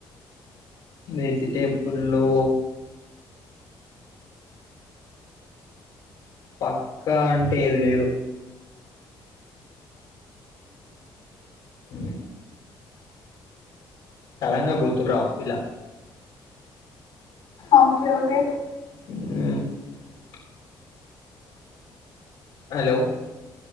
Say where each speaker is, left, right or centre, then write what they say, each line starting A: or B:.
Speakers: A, on the left; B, on the left.
A: వెజిటేబుల్ లో పక్కా అంటే ఏది లేదు హు సడన్గా గుర్తుకు రావు ఇలా
B: ఆమె కే ఏది
A: <inaudible> హలో